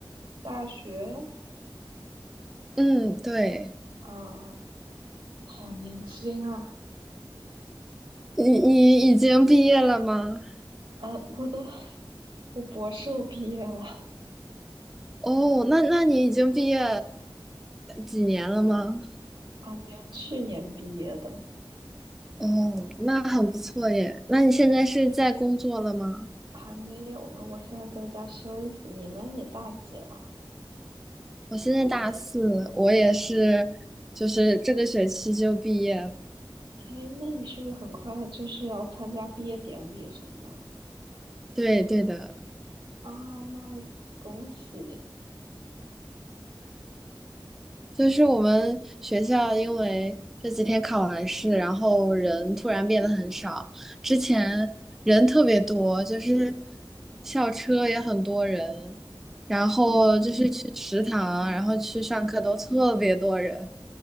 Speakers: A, on the right; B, in the centre.
A: 大学
B: 嗯，对，
A: 啊？好年轻啊！
B: 你你已经毕业了吗？
A: 啊，我都我博士都毕业了
B: 哦，那那你已经毕业几年了吗？
A: 啊，没有，去年毕业的，
B: 哦，那很不错耶。那你现在是在工作了吗？
A: 还没有呢。我现在在家休息。你呢？你大几了？
B: 我现在大四，我也是，就是这个学期就毕业了。
A: 哎，那你是不是很快就是要参加毕业典礼什么的了？
B: 对对的。
A: 啊，那恭喜
B: 就是我们学校因为这几天考完试，然后人突然变得很少，之前人特别多，就是校车也很多人，然后就是去食堂，
A: 啊
B: 然后去上课都特别多人。